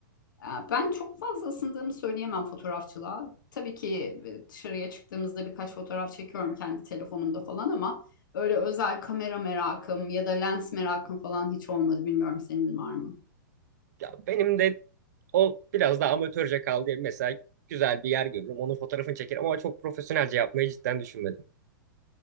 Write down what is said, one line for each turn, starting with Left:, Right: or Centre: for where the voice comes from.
Left: Ya Ben çok fazla ısındığımı söyleyemem fotoğrafçılığa. Tabii ki e, dışarıya çıktığımızda birkaç fotoğraf çekiyorum kendi telefonumda falan ama öyle özel kamera merakım ya da lens merakım falan hiç olmadı. Bilmiyorum senin var mı?
Right: Ya benim de o biraz da amatörce kaldı. Mesela güzel bir yer görürüm. Onun fotoğrafını çekerim ama çok profesyonelce yapmayı cidden düşünmedim.